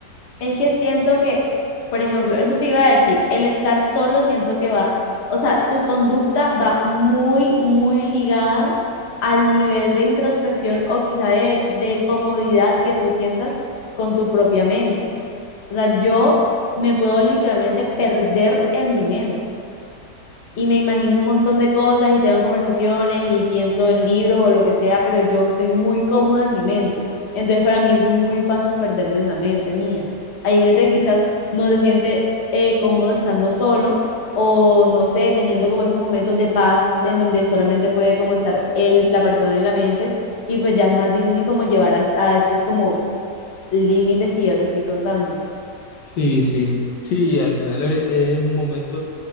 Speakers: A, on the left; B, on the left.
A: Es que siento que, por ejemplo, eso te iba a decir, el estar solo siento que va, o sea, tu conducta va muy, muy ligada al nivel de introspección o quizá de, de comodidad que tú sientas con tu propia mente. O sea, yo me puedo literalmente perder en mi mente y me imagino un montón de cosas y tengo conversaciones y pienso en libros o lo que sea, pero yo estoy muy cómoda en mi mente. Entonces para mí es muy fácil perderme en la mente mía. Hay gente que quizás no se siente eh, cómodo estando solo o no sé, teniendo como esos momentos de paz en donde solamente puede como estar él, la persona y la mente y pues ya es más difícil como llevar a, a estos como límites que yo te estoy contando.
B: Sí, sí, sí, al final es, es un momento